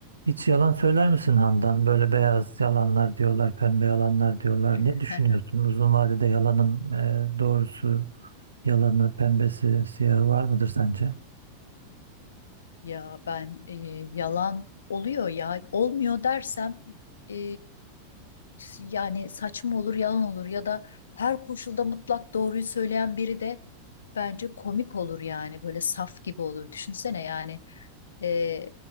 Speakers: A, on the right (about 75°); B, on the left (about 65°).
A: Hiç yalan söyler misin Handan? Böyle beyaz yalanlar diyorlar, pembe yalanlar diyorlar.
B: <laughs>
A: Ne düşünüyorsun? Uzun vadede yalanın e, doğrusu, yalanı, pembesi, siyahı var mıdır sence?
B: Ya ben e, yalan oluyor ya olmuyor dersem e, yani saçma olur yalan olur ya da her koşulda mutlak doğruyu söyleyen biri de bence komik olur yani böyle saf gibi olur düşünsene yani e,